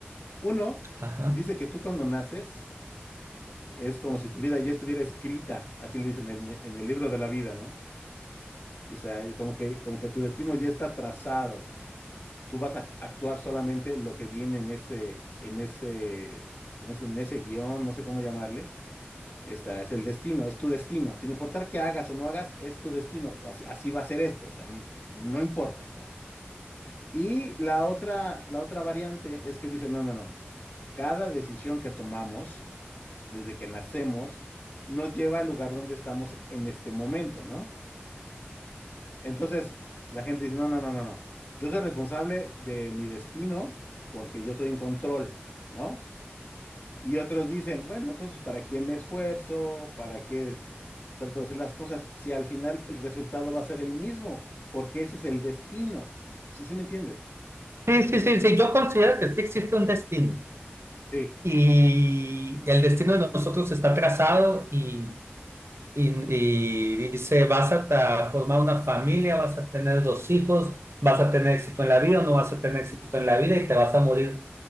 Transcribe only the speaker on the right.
ajá.
Sí, sí, sí, sí, yo considero que sí existe un destino
y el destino de nosotros está trazado y y, y dice, vas a ta- formar una familia, vas a tener dos hijos, vas a tener éxito en la vida o no vas a tener éxito en la vida y te vas a morir